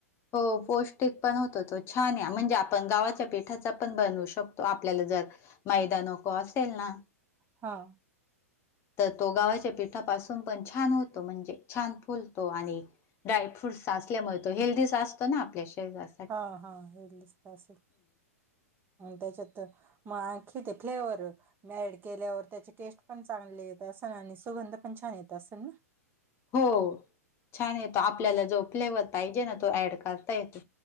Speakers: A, on the left (about 30°); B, on the right (about 25°).
A: हो पौष्टिक पण होतं तो छान आहे. म्हणजे आपण गावाच्या पिठाचा पण बनवू शकतो आपल्याला जर. मैदा नको असेल ना.
B: हा,
A: तर तो गावाच्या पिठापासून पण छान होतो. म्हणजे छान फुलतो आणि. डाय फ्रुट्स असचल्यामुळे तो हेल्दी असतो ना आपल्या शरीरास.
B: हा हा, हे दिसत असेल. त्याच्यात मग आणखी ते फ्लेवर मी ॲड. केल्यावर त्याचे टेस्ट पण चांगले येत असे ना आणि सुगंध पण छान येत असेल ना.
A: हो छान येतो आपल्याला जो फ्लेवर पाहिजे ना तो ऍड करता येतो.